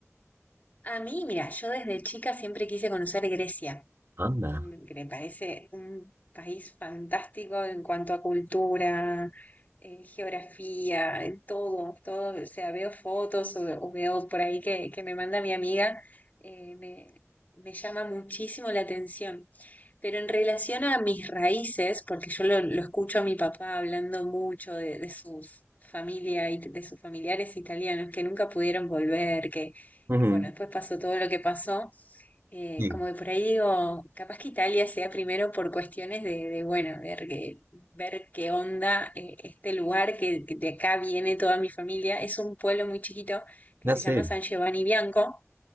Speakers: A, on the left; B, on the right.
A: A mí, mira, yo desde chica siempre quise conocer Grecia.
B: Anda.
A: Mm, que me parece un país fantástico en cuanto a cultura, eh, geografía, en todo, todo, o sea, veo fotos o, o veo por ahí que, que me manda mi amiga, eh, me, me llama muchísimo la atención. Pero en relación a mis raíces, porque yo lo, lo escucho a mi papá hablando mucho de, de sus familia y de sus familiares italianos que nunca pudieron volver, que,
B: Ujú.
A: que bueno, después pasó todo lo que pasó. Eh,
B: Sí,
A: como de por ahí digo, capaz que Italia sea primero por cuestiones de, de, bueno, ver qué, ver qué onda eh, este lugar que, que de acá viene toda mi familia. Es un pueblo muy chiquito que
B: ya
A: se
B: sé.
A: llama San Giovanni Bianco.